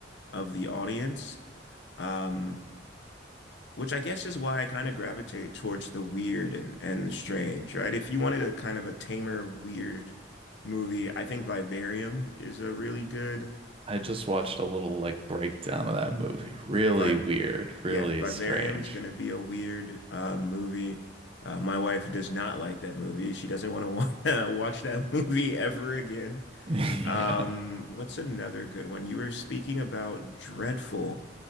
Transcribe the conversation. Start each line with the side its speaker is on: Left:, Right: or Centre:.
Left: of the audience. Um, which I guess is why I kind of gravitate towards the weird and, and the strange, right? If you wanted a kind of a tamer, weird movie, I think Vivarium is a really good
Right: I just watched a little like breakdown of that movie. Really
Left: vibe.
Right: weird, really
Left: Yeah, Vivarium's
Right: strange.
Left: gonna
Right: <laughs>
Left: be a weird uh, movie. Uh, my wife does not like that movie. She doesn't want to wa <laughs> watch that movie ever again.
Right: Yeah.
Left: Um, what's another good one? You were speaking about Dreadful,